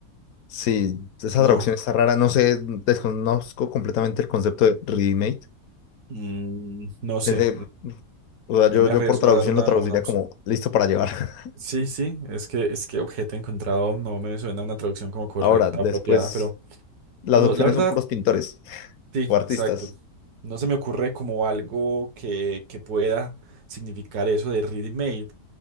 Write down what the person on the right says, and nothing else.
No,
Mm, no sé.
No me
arriesgo
a dar una,
una opción.
Sí, sí, es que, es que objeto encontrado no me suena una traducción como correcta,
apropiada, pero
no,
la verdad,
sí,
exacto. No se me ocurre como algo que, que pueda significar eso de ready-made